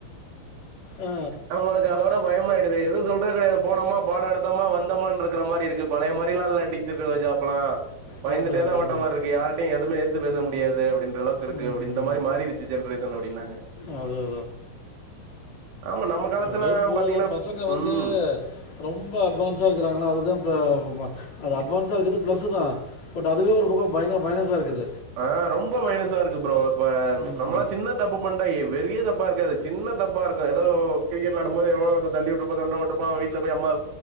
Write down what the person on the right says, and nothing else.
நமளுக்கு அதோட பயமாயிடுது எது சொல்றது கெடையாது போனமா பாடோ எடுத்தமா வந்தமான்று இருக்கிற மாரி இருக்கு பழைய மாரில்லா இல்ல டீச்சர்ஸ் ஓட ஜாப் இப்பல்லா பயந்துட்டேதா
ஓட்ட மாரி
இருக்கு யாரிட்டயு எதுமே எதுத்து பேச முடியாது அப்டின் றளவுக்கு இருக்கு
அப்படி இந்த
மாரி மாறிடுச்சு ஜென்ரேஷன் அப்டின்னாங்க
ஆமா நம்ம காலத்துலாம்
பாத்தீங்கன்னா
ம்
ஆ ரொம்ப மைனஸா இருக்கு ப்ரோ இப்ப
நம்மெல்லா சின்ன தப்பு பண் ணா பெரிய தப்பா இருக்காது சின்ன தப்பா இருக்கு எதாவது கிரிக்கெட் வெளாடும்போது எவனோ ஒருத்தன் தள்ளி விட்டுருப்பான் சண்டை போட்டு இருப்பான் வீட்ல போய் அம்மா